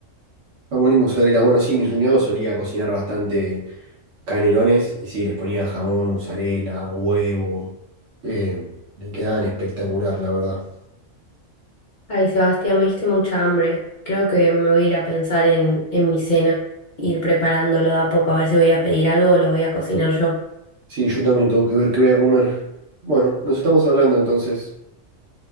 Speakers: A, on the right; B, on the left.
A: Jamón y mozzarella. Bueno, sí, mi cuñado solía cocinar bastante canelones y sí, les ponía jamón, mozzarella, huevo. eh, le quedaban espectacular, la verdad.
B: Ay, Sebastián, me diste mucha hambre. Creo que me voy a ir a pensar en, en mi cena, ir preparándolo de a poco, a ver si voy a pedir algo o lo voy a cocinar yo.
A: Sí, yo también tengo que ver qué voy a comer. Bueno, nos estamos hablando entonces.